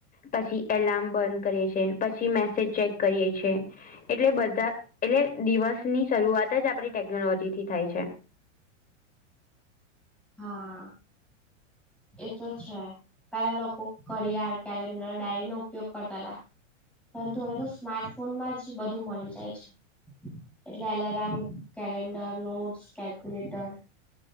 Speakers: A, on the left; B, in the centre.
A: પછી એલાર્મ બંધ કરીએ છે પછી મેસેજ ચેક કરીએ છે. એટલે બધા એટલે દિવસની શરૂઆત જ આપડી ટેકનોલોજી થી થાય છે.
B: હા. એ તો છે પેલા લોકો ઘરિયાર, કેલેન્ડર, ડાયરીનો ઉપયોગ કરતા હતા. પરંતુ હવે તો સ્માર્ટફોનમાં જ બધું મળી જાય છે. એટલે alarm, calendar, notes, calculator